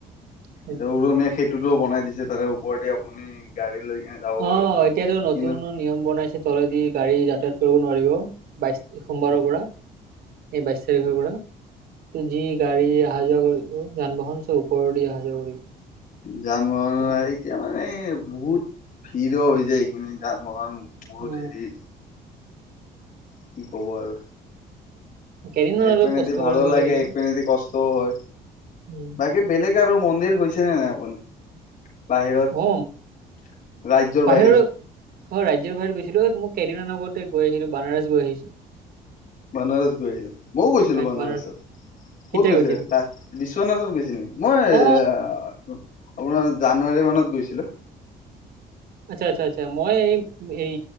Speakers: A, on the right; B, on the left.
A: সেইটো
B: এয়া উৰণীয়া খেতি টোতোও বনাই দিছে তাৰে ওপৰতে আপুনি গাড়ী লৈ, কিনে যাব পাৰে
A: অ এতিয়াতো নতুন
B: কিন্তু
A: নিয়ম বনাইছে তলেদি গাড়ী কৰিব নোৱাৰিব। বাইছ সোমবাৰৰ পৰা এই বাইছ তাৰিখৰ পৰা। তো যি গাড়ী অহা যোৱা কৰি অ যান বাহন চ ওপৰৰ দি অহা যোৱা কৰিব।
B: যান ব
A: তেনেকুৱা
B: এতিয়া মানে বহুত ভিৰ হৈ যায় এইখিনি যান বাহন, বহুত
A: অ
B: হেৰি, কি কব আৰু।
A: কেইদিনমান
B: এক
A: অলপ
B: পনেদি
A: কষ্ট
B: ভালো
A: কৰিব
B: লাগে
A: লাগিব
B: এক পিনেদি কষ্টও হয়
A: উম
B: বাকী বেলেগ। আৰু মন্দিৰ গৈছেনে নাই আপুনি। বাহিৰত
A: অ
B: ৰাজ্যৰ
A: বাহিৰৰ
B: বাহিৰত
A: অ ৰাজ্যৰ বাহিৰত গৈছিলো অ মোক কেইদিনমান আগতে গৈ আহিলো বানাৰছ গৈ আহিছো।
B: বানাৰস গৈ আহিলে মইও গৈছিলো। বানাৰসত
A: বানাৰস
B: ক'ত
A: কেতিয়া
B: গৈছিলে
A: গৈছিলো
B: বিশ্বনাথত গৈছিল, নে মই
A: অ
B: আপোনাৰ জানুৱাৰী মানত গৈছিলো। চিলোঁ।
A: আচ্ছা-আচ্ছা-আচ্ছা মই এই এই